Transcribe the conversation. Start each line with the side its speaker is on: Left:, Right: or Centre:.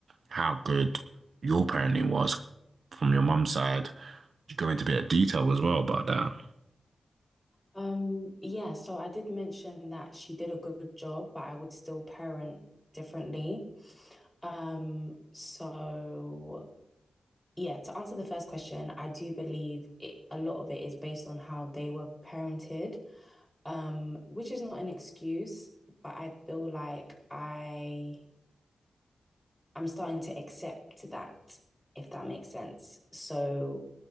Right: how good your parenting was from your mum's side. You go into a bit of detail as well about that.
Centre: Um, yeah, so I did mention that she did a good job, but I would still parent differently. Um, so yeah, to answer the first question, I do believe it, a lot of it is based on how they were parented, um, which is not an excuse, but I feel like I I'm starting to accept that, if that makes sense. So